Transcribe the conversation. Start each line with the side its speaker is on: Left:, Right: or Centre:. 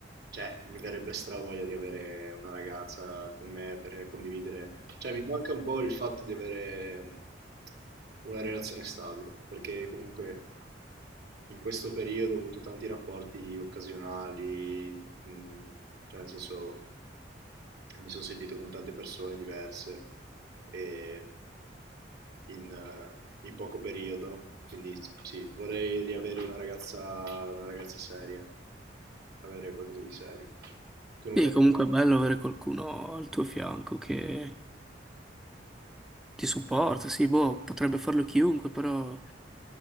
Right: cioè mi verrebbe stravoglia di avere una ragazza con me per condividere. Cioè mi manca un po' il fatto di avere mm, una relazione stabile, perché comunque in questo periodo ho avuto tanti rapporti occasionali, mm, cioè nel senso mi sono sentito con tante persone diverse e in, eh, in poco periodo. Quindi sì, vorrei riavere una ragazza, una ragazza seria, avere qualcosa di serio. Tu non
Centre: Sì,
Right: vorresti,
Centre: comunque è bello avere qualcuno al tuo fianco che ti supporta, sì, boh, potrebbe farlo chiunque, però